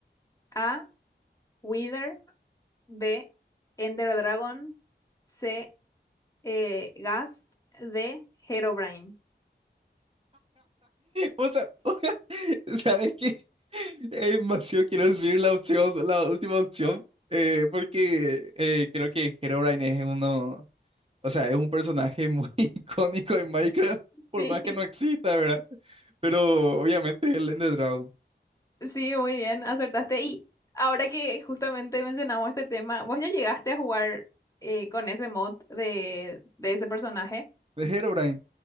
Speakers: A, on the left; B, on the right.
A: A. Wither. B. Ender Dragon. C. Eh, Ghast. D. Herobrine.
B: O sea, <laughs> ¿sabes qué? Es demasiado quiero decir la opción, la última opción, eh, porque eh, creo que Herobrine es uno, o sea, es un personaje muy <laughs> icónico en Minecraft, por
A: Sí,
B: más que no exista, ¿verdad? Pero obviamente es el Ender Dragon.
A: <laughs> sí, muy bien, acertaste. Y ahora que justamente mencionamos este tema, ¿vos ya llegaste a jugar eh, con ese mod de, de ese personaje?
B: De Herobrine,